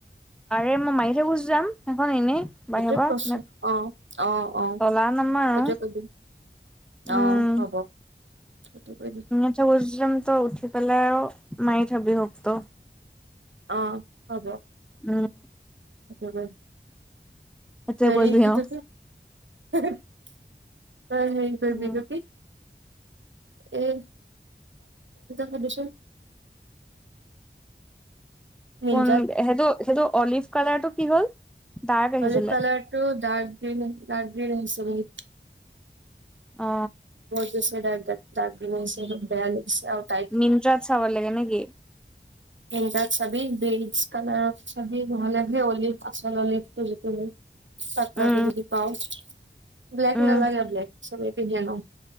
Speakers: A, in the centre; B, on the right.
A: আৰে, মই <unintelligible> গুচি যাম, সেইখন এনেই। বাহিৰৰ
B: সেইটো
A: পৰা
B: কৈছো অ অ অ
A: তলা নামাৰো
B: সেইটোৱে কৰিবি
A: উম
B: অ হ'ব সেইটোৱে কৰিবি
A: <unintelligible> উঠি পেলাই মাৰি থবি হোপটো
B: অ হ'ব।
A: উম
B: একেবাৰে
A: সেইটোৱে
B: হেৰি
A: কৰিবি
B: এখিতে
A: আৰু
B: হেহ তই হেৰি কৰিবি
A: উম
B: এইটো কি এ <unintelligible> সুধিছো মিন্ত্ৰাত
A: কোন সেইটো সেইটো অলিভ কালাৰটো কি হ'ল ডাৰ্ক আহিছিলে
B: অলিভ কালাৰটো ডাৰ্ক গ্ৰীণ ডাৰ্ক গ্ৰীণ হৈছে
A: অ
B: <unintelligible>
A: মিণ্ট্ৰাত চাব লাগে নেকি
B: মিণ্ট্ৰাত চাবি গ্ৰিণচ কালাৰৰ চাবি নহ'লে হে অলিভ আচল অলিভটো। চাতটা
A: উম
B: যদি পাও ব্লেক
A: উম
B: নালাগে ব্লেক চবে পিন্ধে ন